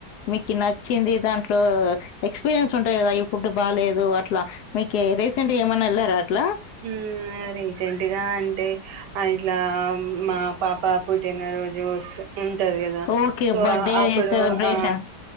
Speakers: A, on the left (about 75°); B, on the right (about 80°).
A: మీకు నచ్చింది దాంట్లో ఎక్స్పీరియన్స్ ఉంటాయి కదా ఈ ఫుడ్ బాలేదు అట్లా మీకి రేస్ రీసెంట్ గా ఏమన్నా వెళ్లారా అట్లా
B: మ్మ్ రీసెంట్గా అంటే ఆ ఇట్లా మా పాప పుట్టినరోోజు సో ఉంటది కదా
A: ఓకే.
B: సో
A: బర్త్‌డే
B: అప్పుడు
A: సెలబ్రేషన్స్.
B: ఆ